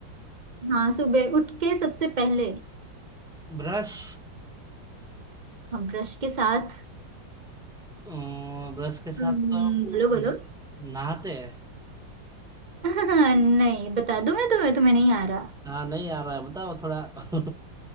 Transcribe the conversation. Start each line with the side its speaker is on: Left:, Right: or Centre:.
Right: हाँ सुबह उठ के सबसे पहले
Centre: ब्रश
Right: हम ब्रश के साथ
Centre: अ, ब्रश के साथ
Right: हम्म,
Centre: तो वो
Right: बोलो बोलो
Centre: नहाते हैं
Right: <laughs> नहीं बता दूं मैं तुम्हें तुम्हें नहीं आ रहा
Centre: हाँ नहीं आ रहा है बताओ थोड़ा <laughs>